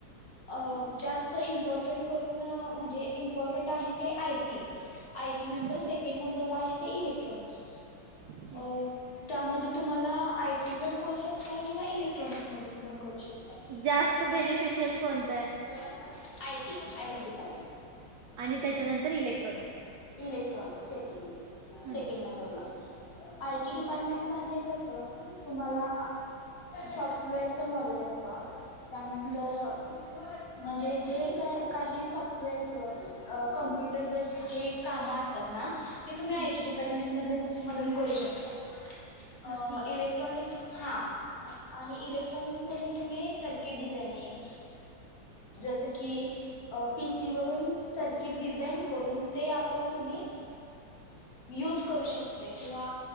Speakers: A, on the left (about 50°); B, on the right (about 80°).
A: अ जास्त इंपॉर्टन्ट करून म्हणजे इंपॉर्टन्ट आहे. ते आयटी, आयटी नंतर
B: हम्म
A: सेकंड नंबरला आहे. ते इलेक्ट्रॉनिक्स
B: ठीक
A: अ
B: आहे
A: त्यामध्ये तुम्हाला आय टी पण करू शकताय, किंवा इलेक्ट्रॉनिक्स मधून पण करू शकताय.
B: जास्त
A: मग
B: बेनिफिशियल
A: तुम्ही
B: कोण
A: <inaudible> I T, I T department
B: आणि त्याच्यानंतर इलेक्ट्रॉनिक्स.
A: इलेक्ट्रॉनिक् सेकेंड
B: हम्म.
A: सेकंड नंबरला. आय टी डिपार्टमेंटमध्ये कसं तुम्हाला सॉफ्टवेअरच नॉलेज असतं. त्यानंतर
B: हम्म
A: म्हणजे जे का काही सॉफ्टवेअरच, कमप्युटर बेस्ड जे काम असतात. ना ते तुम्ही आय
B: हम्म.
A: टी टिपार्टमेंटमध्ये मधून करू शकताय.
B: अच्छा
A: अ
B: ठीक
A: इलेक्ट्रॉनिक्स
B: आहे
A: हा आणि इलेक्ट्रॉनिक्स मधून, तुम्ही सर्किट डिझाइनिंग जस की, पीसी वरून सर्किट डिझाईन करून ते आप पण तुम्ही युज करू शकताय. किंवा